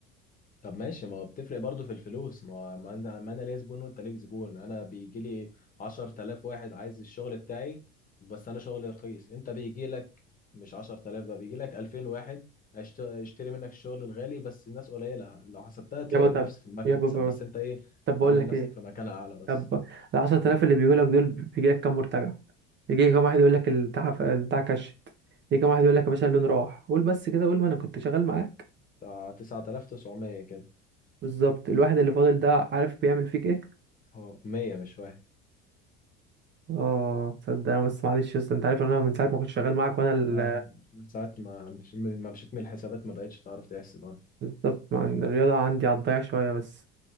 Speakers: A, on the left; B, on the right.
A: طب ماشي ما هو بتفرق برضه في الفلوس ما هو ما انا ما انا ليا زبون وانت ليك زبون انا بيجي لي 10000 واحد عايز الشغل بتاعي بس انا شغلي رخيص انت بيجي لك مش 10000 بقى بيجي لك 2000 واحد هيشت- هيشتري منك الشغل الغالي بس الناس قليلة لو حسبتها تلاقي
B: يابا طب
A: نفس المكسب
B: يابا
A: بس انت ايه
B: طب
A: عامل
B: بقول لك
A: نفسك
B: ايه
A: في مكان اعلى بس
B: طب ال 10000 اللي بيقولك دول بيجي لك كام مرتجع يجي كام واحد يقول لك البتاع البتاع كشت يجي كام واحد يقول لك يا باشا اللون راح قول بس كده قول ما انا كنت شغال معاك
A: بتاع 9900 كده
B: بالظبط الواحد اللي فاضل ده عارف بيعمل فيك ايه
A: هو 100 مش واحد
B: اه تصدق انا بس معلش يا اسطى انت عارف ان انا من ساعه ما كنت شغال معاك وانا ال...
A: اه من ساعة ما مش- ما مشيت من الحسابات ما بقتش تعرف تحسب
B: بالظبط مع إن الرياضه عندي على الضيع شويه بس